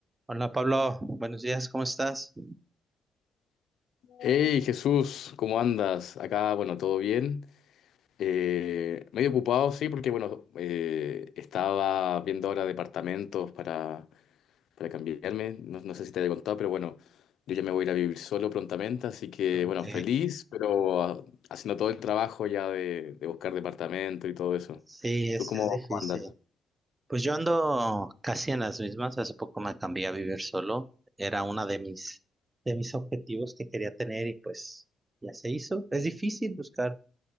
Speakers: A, on the right; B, on the left.
A: Hola Pablo, buenos días, ¿cómo estás?
B: Hey Jesús, ¿cómo andas? Acá, bueno, todo bien. Eh, medio ocupado, sí, porque bueno, eh, estaba viendo ahora departamentos para, para cambiarme. No, no sé si te había contado, pero bueno, yo ya me voy a ir a vivir solo prontamente, así que
A: Ok,
B: bueno, feliz, pero ah, haciendo todo el trabajo ya de, de buscar departamento y todo eso.
A: sí, es,
B: ¿Tú cómo,
A: es difícil.
B: cómo andas?
A: Pues yo ando casi en las mismas, hace poco me cambié a vivir solo, era una de mis, de mis objetivos que quería tener y pues ya se hizo. Es difícil buscar